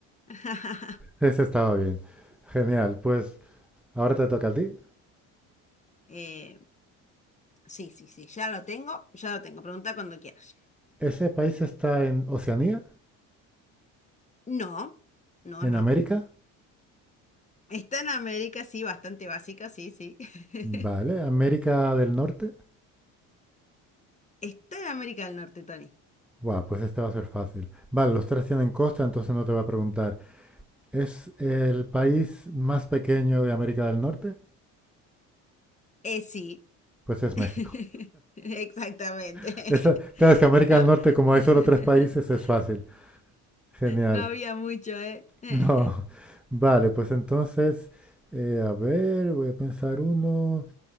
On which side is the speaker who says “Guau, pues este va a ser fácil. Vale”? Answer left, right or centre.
Centre